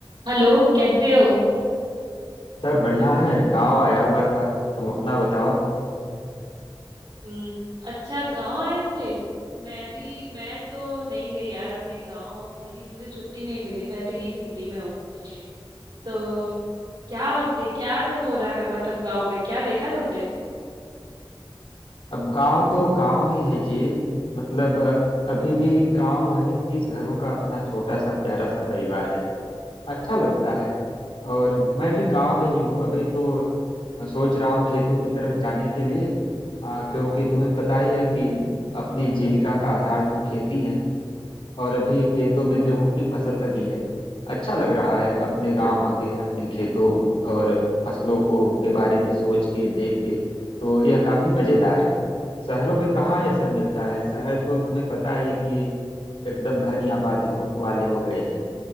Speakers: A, on the right; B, on the left.
A: हेलो कैसे हो
B: सब बढ़िया है गांव आया हुआ था तुम अपना बताओ
A: हम्म अच्छा गांव आए थे मैं भी मैं तो नहीं गई यार अपने गांव मेरी मुझे छुट्टी नहीं मिली मैं तो यहीं सिटी में हूँ तो क्या दे, क्या हो रहा है मतलब गांव में क्या देखा तुमने
B: अब गांव तो गांव ही है जी मतलब अ, अभी भी गांव वही तीस घरों का अपना छोटा सा प्यारा सा परिवार है अच्छा लगता है और मैं भी गांव में ही हूँ अभी तो अ, सोच रहा हूँ खेतों की तरफ जाने के लिए अ, क्योंकि तुम्हें पता ही है कि अपनी जीविका का आधार तो खेती है और अभी खेतों में गेहूं की फसल लगी है अच्छा लग रहा है अपने गांव आके अपने खेतों और फसलों को के बारे में सोच के देख के तो यह काफी मजेदार है शहरों में कहाँ यह सब मिलता है शहर तो तुम्हें पता ही है कि एकदम घनी आबादी हो, वाले हो गए हैं